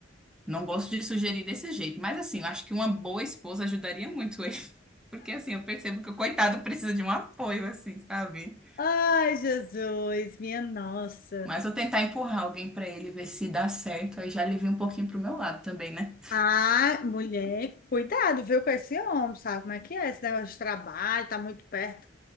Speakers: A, in the centre; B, on the left.
A: Não gosto de sugerir desse jeito, mas assim, eu acho que uma boa esposa ajudaria muito ele. <laughs> Porque assim, eu percebo que o coitado precisa de um apoio, assim, sabe?
B: Ai, Jesus, minha nossa.
A: Mas eu tentar empurrar alguém pra ele, ver se dá certo, aí já alivia um pouquinho pro meu lado também, né?
B: Ah, mulher, cuidado, viu, com esse homem, sabe como é que é esse negócio de trabalho, tá muito perto.